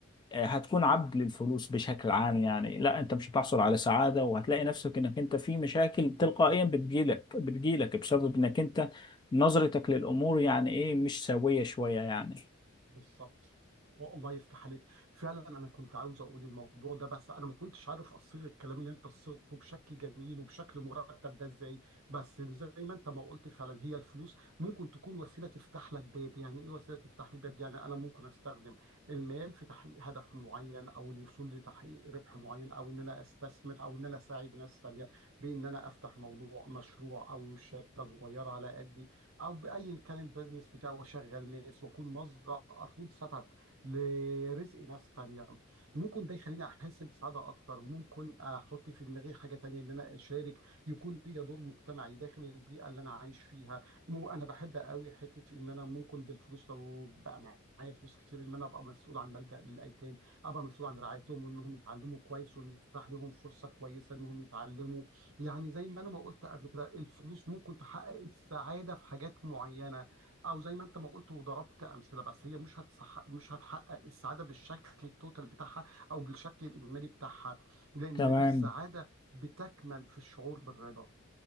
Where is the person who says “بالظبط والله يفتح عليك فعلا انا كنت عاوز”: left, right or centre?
Right